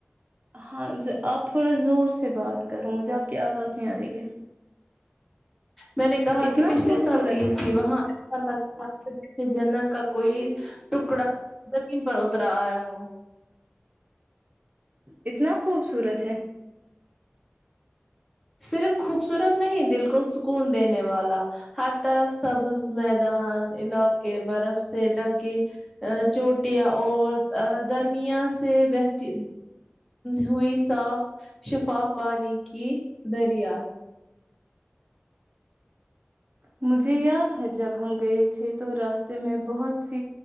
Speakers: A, on the right; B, in the centre.
A: ہاں آپ تھوڑا زور سے بات کر رہا مجھے آپ کی آواز نہیں آ رہی ہے
B: میں نے کہا
A: اتنا
B: کہ پچھلے
A: خوبصورت
B: سال گئی
A: ہے
B: تھی وہاں ال <inaudible> کسی جنک کا کوئی ٹکڑا زمین پر اترا آیا ہو
A: اتنا خوبصورت ہے
B: صرف خوبصورت نہیں دل کو کون دینے والا ہر طرف سبز میں دان علاقے برف سے ڈکی چوٹیاں اور درمیا سے بہتی ہوئی صاف شفاف پانی کی دریا
A: مجھے یاد ہے جب ہم گئے تھے تو راستے میں بہت سی